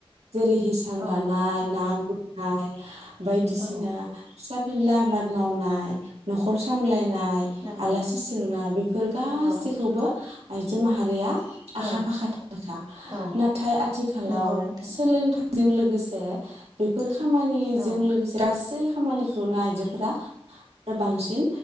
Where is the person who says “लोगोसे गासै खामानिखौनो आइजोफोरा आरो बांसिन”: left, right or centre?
Right